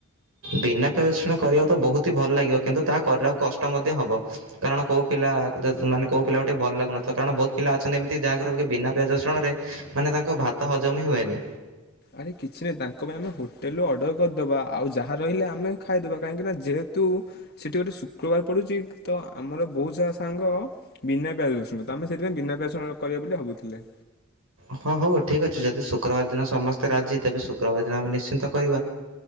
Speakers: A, on the right; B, on the left.
A: ବିନା ପିଆଜ ରସୁଣ କରିବାକୁ ତ ବହୁତ ହି ଭଲ ଲାଗିବ। କିନ୍ତୁ ତାହା କରିବାକୁ କଷ୍ଟ ମଧ୍ୟ ହବ। କାରଣ କୋଉ ପିଲା ମାନେ କୋଉ ପିଲା ଗୋଟେ ଭଲ ଲାଗୁନଥିବ କାରଣ ବହୁତ ପିଲା ଅଛନ୍ତି ଏମିତି ଯାହାଘରେ କି ବିନା ପିଆଜ ରସୁଣ ରେ ମାନେ ତାଙ୍କ ଭାତ ହଜମ ହି ହୁଏନି।
B: ଆରେ କିଛି ନାହିଁ ତାଙ୍କ ପାଇଁ ଆମେ ହୋଟେଲରୁୁ ଅର୍ଡର କରିଦେବା। ଆଉ ଯାହା ରହିଲା ଆମେ ଖାଇଦେବା। କାହିଁକିନା ଯେହେତୁ ସେଠି ଗୋଟେ ଶୁକ୍ରବାର ପଡ଼ୁଚି ତ ଆମର ବହୁତ ସାରା ସାଙ୍ଗ ବିନା ପିଆଜ ରସୁଣ ତ ଆମେ ସେଥିପାଇଁ ବିନା ପିଆଜ ରସୁଣ ରେ କରିବା ବୋଲି ଭାବୁଥିଲେ।
A: ହଁ ହଉ ଠିକ ଅଛି। ଯଦି ଶୁକ୍ରବାର ଦିନ ସମସ୍ତେ ରାଜି ତେବେ ଶୁକ୍ରବାର ଦିନ ଆମେ ନିଶ୍ଚିନ୍ତ କରିବା।